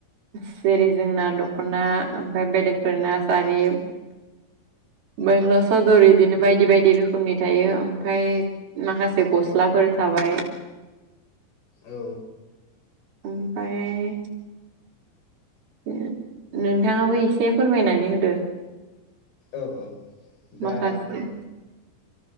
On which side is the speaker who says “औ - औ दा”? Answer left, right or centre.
Left